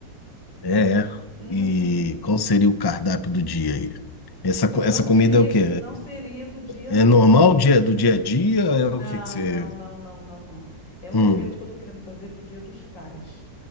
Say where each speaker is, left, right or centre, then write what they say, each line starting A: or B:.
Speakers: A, on the left; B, on the left.
A: É, é.
B: Uhum.
A: E qual seria o cardápio do dia aí? Essa,
B: Então
A: co-
B: não
A: essa
B: seria,
A: comida é o quê?
B: não seria do dia,
A: É,
B: não.
A: é normal dia, do dia a dia? É o
B: Não,
A: que que você.
B: não, não, não, não, não. É um
A: Hum,
B: evento que eu tô querendo fazer pro Dia dos Pais,